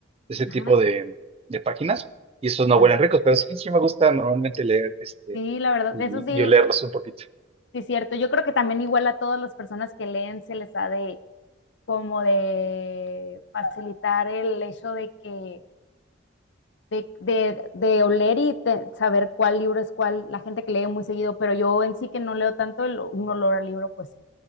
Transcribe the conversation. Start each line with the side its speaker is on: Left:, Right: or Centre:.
Right: de ese
Left: Ajá.
Right: tipo de, de páginas. Y esos no
Left: Ajá.
Right: huelen ricos, pero sí, sí me gusta normalmente leer este
Left: Sí, la verdad,
Right: y,
Left: eso sí,
Right: y olerlos un poquito.
Left: Sí, cierto. Yo creo que también igual a todas las personas que leen se les ha de como de facilitar el hecho de que de, de, de oler y te- saber cuál libro es cuál, la gente que lee muy seguido, pero yo en sí que no leo tanto el- un olor al libro, pues sí,